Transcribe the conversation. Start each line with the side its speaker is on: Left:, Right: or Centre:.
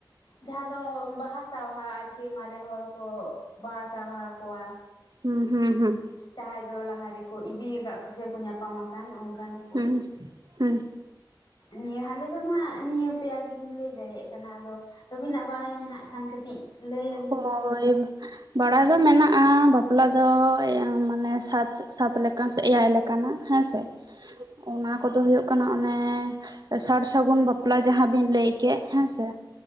Left: ᱡᱟᱦᱟᱸ ᱫᱚ ᱵᱟᱦᱟ ᱥᱟᱣᱦᱟ ᱟᱨᱠᱤ ᱢᱟᱨᱮ ᱦᱚᱲ ᱠᱚ ᱵᱟᱦᱟ ᱥᱟᱶᱦᱟ ᱠᱚᱣᱟ
Right: ᱦᱩᱸ ᱦᱩᱸ ᱦᱩᱸ
Left: ᱡᱟᱦᱟᱸᱭ ᱫᱚ ᱞᱟᱦᱟ ᱨᱮᱠᱚ ᱤᱫᱤᱭᱟ ᱠᱟᱜ ᱠᱚᱥᱮ ᱠᱚ ᱧᱟᱯᱟᱢ ᱟᱠᱟᱱ ᱚᱱᱠᱟᱱ ᱠᱚ
Right: ᱦᱩᱸ ᱦᱩᱸ
Left: ᱱᱤᱭᱟᱹ ᱦᱟᱞᱮ ᱫᱚᱦᱟᱜ ᱱᱤᱭᱟᱹ ᱯᱮᱭᱟ ᱜᱮᱞᱤᱧ ᱞᱟᱹᱭ ᱫᱟᱲᱮᱭᱟᱜ ᱠᱟᱱᱟ ᱟᱫᱚ ᱟᱹᱵᱤᱱᱟᱜ ᱵᱟᱲᱟᱭ ᱢᱮᱱᱟᱜ ᱠᱷᱟᱱ ᱠᱟᱹᱴᱤᱡ ᱞᱟᱹᱭ ᱟᱹᱞᱤ
Right: ᱦᱳᱭ ᱵᱟᱲᱟᱭ ᱫᱚ ᱢᱮᱱᱟᱜᱼᱟ ᱵᱟᱯᱞᱟ ᱫᱚ ᱢᱟᱱᱮ ᱥᱟᱛ ᱥᱟᱛ ᱞᱮᱠᱟ ᱥᱮ ᱮᱭᱟᱭ ᱞᱮᱠᱟᱱᱟ ᱦᱮᱸ ᱥᱮ ᱚᱱᱟ ᱠᱚᱫᱚ ᱦᱳᱭᱳᱜ ᱠᱟᱱᱟ ᱚᱱᱮ ᱥᱟᱨ ᱥᱟᱹᱜᱩᱱ ᱵᱟᱯᱞᱟ ᱡᱟᱦᱟᱸ ᱵᱤᱱ ᱞᱟᱹᱭ ᱠᱮᱜ ᱦᱮᱸᱥᱮ ᱥᱮ